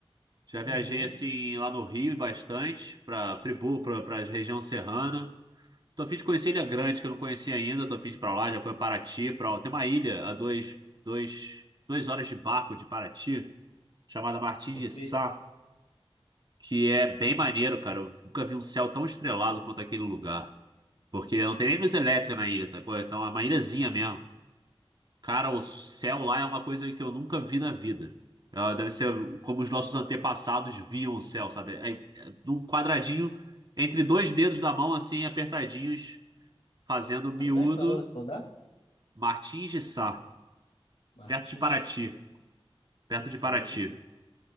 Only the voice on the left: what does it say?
uhum.
Perfeito.
Como é que é o nome do lugar?
Martins.
tá.
Perfeito.